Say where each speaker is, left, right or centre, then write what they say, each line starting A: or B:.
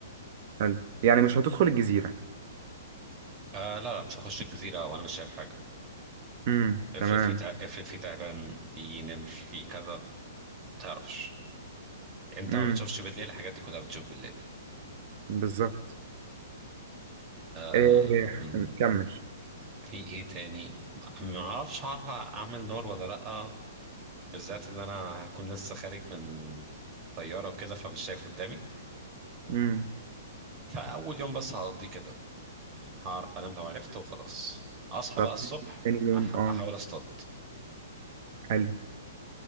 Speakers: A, on the right; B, on the right.
A: حلو يعني مش هتدخل الجزيرة
B: آه لا لا مش هخش الجزيره وانا مش شايف حاجه
A: امم
B: افرض
A: تمام
B: في تع... افرض في تعبان في نمر في كذا ما بتعرفش انت
A: امم
B: ما بتشوفش بالليل الحاجات دي كلها بتشوف بالليل
A: بالظبط إيه
B: أم...
A: كمل
B: في ايه تاني ما ما اعرفش هعرف اعمل نار ولا لا بالذات اللي انا هكون لسه خارج من طيارة وكده فمش شايف قدامي
A: امم
B: فاول يوم بس هقضيه كده هعرف انام لو عرفت وخلاص اصحى
A: طب
B: بقى الصبح
A: تاني يوم
B: أح...
A: اه
B: احاول اصطاد
A: حلو